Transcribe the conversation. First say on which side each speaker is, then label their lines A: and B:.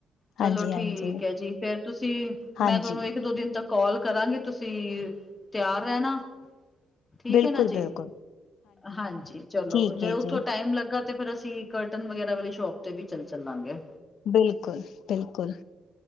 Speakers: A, on the left; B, on the left.
A: ਚਲੋ
B: ਹਾਂਜੀ-ਹਾਂਜੀ,
A: ਠੀਕ ਐ ਜੀ ਈ ਫੇਰ ਤੁਸੀਂ
B: ਹਾਂਜੀ
A: ਮੈਂ ਤੁਹਾਨੂੰ ਇੱਕ ਦੋ ਦਿਨ ਤੱਕ ਕੋਲ ਕਰਾਂਗੇ ਈ ਤੁ ਸੀਰ ਤਿਆਰ ਰਹਿਣਾ ਠੀਕ
B: ਬਿਲਕੁਲ-ਬਿਲਕੁਲ।
A: ਐ ਨਾ ਜੀ ਹਾਂਜੀ ਈ ਚਲੋ
B: ਠੀਕ
A: ਜੇ
B: ਹੈ
A: ਉੱਥੋਂ
B: ਜੀ,
A: ਟਾਈਮ ਲੱਗਾ ਤੇ ਫੇਰ ਅਸੀਂ ਕਰਟਨ ਵਗੈਰਾ ਵਾਲੀ ਸ਼ੋਪ ਤੇ ਵੀ ਚੱਲ ਚੱਲਾਂਗੇ ਏ
B: ਬਿਲਕੁਲ ਬਿਲਕੁਲ